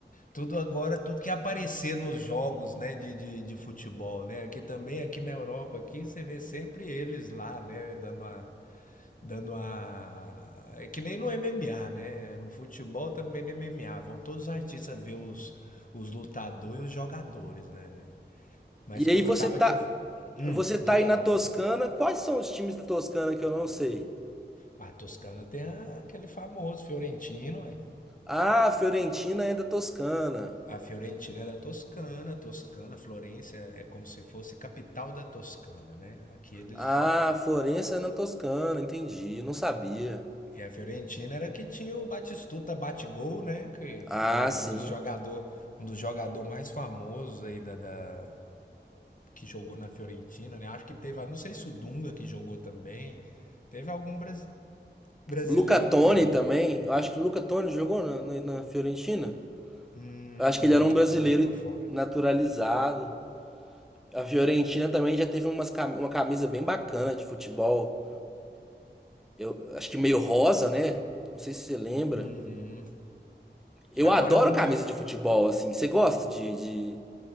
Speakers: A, on the left; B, in the centre.
A: tudo agora, tudo que aparecer nos jogos, né, de, de, de futebol, né? Aqui também, aqui na Europa, aqui você vê sempre eles lá, né, dando uma, Dando a. É que nem no MMA, né? No futebol também no MMA. Vão todos os artistas ver os, os lutadores e os jogadores, né? Mas
B: E
A: como
B: aí você
A: eu tava
B: tá.
A: te. Hum,
B: Você
A: diga
B: tá aí na
A: lá.
B: Toscana. Quais são os times da Toscana que eu não sei?
A: A Toscana tem a- aquele famoso Fiorentino, ué.
B: Ah, Fiorentina é da Toscana.
A: A Fiorentina é da Toscana, Toscana, Florença é como se fosse capital da Toscana, né? Aqueles.
B: Ah, Florença é na Toscana, entendi. Não sabia.
A: E a Fiorentina era que tinha o Batistuta Batigol, né? Que
B: Ah,
A: ficou
B: sim.
A: um dos jogador, um dos jogador mais famosos aí da, da, que jogou na Fiorentina, né? Acho que teve, não sei se o Dunga que jogou também. Teve algum bras- brasileiro
B: Luca Toni
A: que jogou.
B: também. Eu acho que o Luca Toni jogou na, na- na Fiorentina.
A: Hum,
B: Eu acho que ele era um brasileiro
A: tomei por fora.
B: naturalizado. A Fiorentina também já teve umas, cam- uma camisa bem bacana de futebol. Eu acho que meio rosa, né? Não sei se você lembra.
A: Uhum.
B: Eu
A: Agora
B: adoro
A: um
B: camisa
A: que eu
B: de futebol, assim. Você gosta de, de,